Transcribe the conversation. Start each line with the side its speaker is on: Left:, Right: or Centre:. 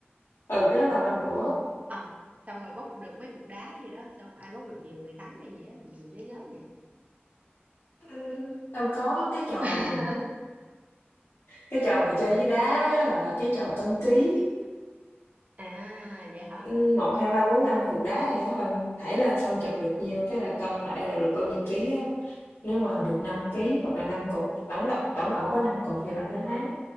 Left: Ừ, cái đó là banh đũa.
Right: À, xong rồi bóc được mấy cục đá gì đó, xong ai bóc được nhiều người thắng hay gì á, mình nhớ nhớ vậy.
Left: Ừm, đâu có, cái trò
Right: <laughs>
Left: mà cái trò mà chơi với đá là cái trò cân ký,
Right: À, vậy hả?
Left: ừm, 1, 2, 3, 4, 5 cục đá gì đó, bạn thảy lên xong chọc được nhiêu cái là cân lại là được bao nhiêu ký á. Nếu mà
Right: Ồ,
Left: được 5 ký hoặc là 5 cục, tổng cộng tổng cộng có 5 cục thì bạn sẽ thắng.